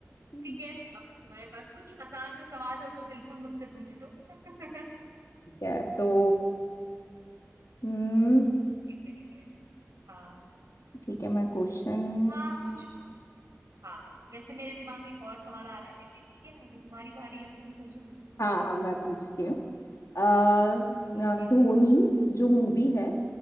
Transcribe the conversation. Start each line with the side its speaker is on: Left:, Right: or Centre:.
Left: ठीक
Right: ठीक है अब तुम्हारे पास कुछ आसान से सवाल हो तो बिल्कुल मुझसे पूछो <laughs>
Left: है तो
Right: तो
Left: हम्म
Right: ठीक है ठीक है हाँ
Left: ठीक है मैं क्वेश्चन
Right: हाँ पूछो हाँ वैसे मेरे दिमाग में एक और सवाल आ रहा है लेकिन ठीक है अगर तुम्हारी बारी है तो तुम पूछो मुझको
Left: हाँ
Right: जल्दी
Left: हाँ
Right: से
Left: मैं
Right: <laughs>
Left: पूछती हूँ अ, अ,
Right: Okay
Left: धोनी
Right: okay
Left: जो मूवी है